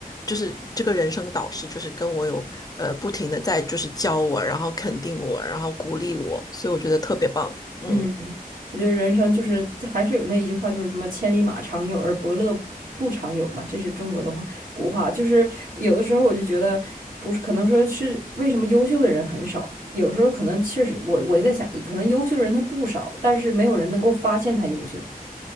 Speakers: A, on the left (about 25°); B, on the right (about 65°).
A: 就是这个人生导师，就是跟我有呃不停的在就是教我，然后肯定我，然后鼓励我，所以我觉得特别棒。嗯
B: 嗯，我觉得人生就是还是有那一句话，就是什么“千里马常有，而伯乐不常有”嘛，这是中国的话古话。就是有的时候我就觉得，不是可能说是为什么优秀的人很少，有时候可能确实我我在想，可能优秀人他不少，但是没有人能够发现他优秀。